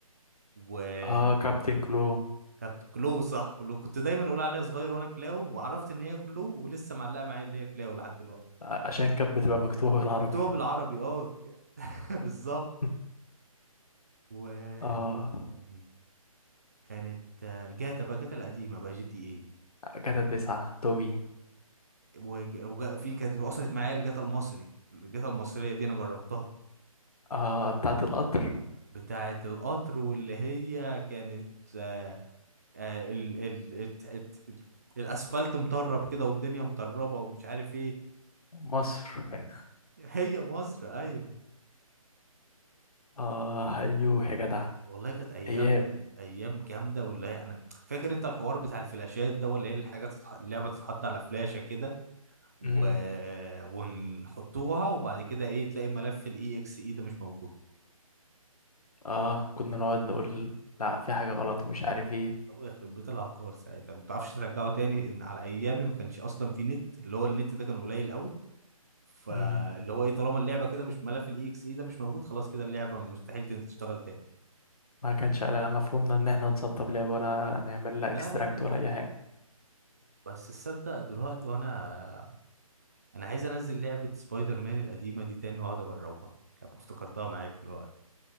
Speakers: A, on the right; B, on the left.
A: و
B: اه كابتن كلو
A: كانت كلو صح كلو كنت دايما اقول عليها صغير وانا كلاو وعرفت ان هي كلو ولسه معلقة معايا اللي هي كلاو لحد دلوقتي
B: ع- عشان كانت بتبقى مكتوبة بالعربي
A: مكتوبة بالعربي اه ك- <laughs> بالظبط
B: <laughs>
A: و
B: اه
A: يعني كانت آه، جاتا بقى جاتا القديمة بقى جي تي ايه
B: كده تسعة تومي
A: وج- وجا- في كانت وصلت معايا الجاتا المصري الجاتا المصرية دي انا جربتها
B: اه بتاعة القطر
A: بتاعة القطر واللي هي كانت آه، آه، ال ال الت- الت- الت- الاسفلت مطرب كده والدنيا مطربة ومش عارف ايه
B: مصر
A: هي مصر ايوه
B: اه ايوه يا جدع
A: والله كانت ايام
B: ايام
A: ايام جامده واللي هي انا فاكر انت الحوار بتاع الفلاشات ده ولا هي الحاجه تتح... اللعبه تتحط على فلاشه كده و...
B: امم
A: ونحطوها وبعد كده ايه تلاقي ملف الاي اكس اي ده مش موجود
B: اه كنا نقعد نقول لا في حاجة غلط ومش عارف ايه
A: هو يخرب بيت العقار ساعتها ما تعرفش ترجعه تاني ان على ايامي ما كانش اصلا في نت اللي هو النت ده كان قليل قوي فاللي
B: امم
A: هو ايه طالما اللعبه كده مش ملف الاي اكس اي ده مش موجود خلاص كده اللعبه مستحيل تشتغل تاني
B: ما كانش على مفهومنا ان احنا نسطب لعبة ولا نعمل لها اكستراكت
A: لا لا لا
B: ولا اي
A: لا
B: حاجة
A: بس تصدق دلوقتي وانا انا عايز انزل لعبه سبايدر مان القديمه دي تاني واقعد اجربها لما افتكرتها معاك دلوقتي